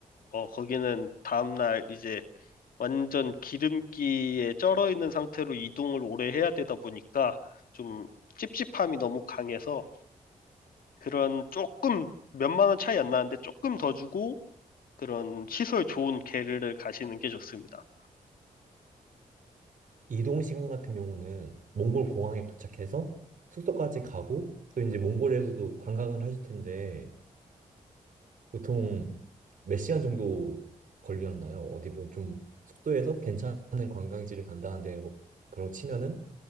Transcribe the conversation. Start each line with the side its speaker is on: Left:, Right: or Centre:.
Left: 어, 거기는 다음날 이제 완전 기름기에 쩔어 있는 상태로 이동을 오래 해야 되다 보니까 좀 찝찝함이 너무 강해서 그런 조금 몇만 원 차이 안 나는데 조금 더 주고 그런 시설 좋은 게르를 가시는 게 좋습니다.
Right: 이동 시간 같은 경우는 몽골 공항에 도착해서 숙소까지 가고 또 이제 몽골에서도 관광을 하실 텐데 보통 몇 시간 정도 걸렸나요? 어디 뭐좀 숙소에서 괜찮은 관광지를 간다는데 그런 치면은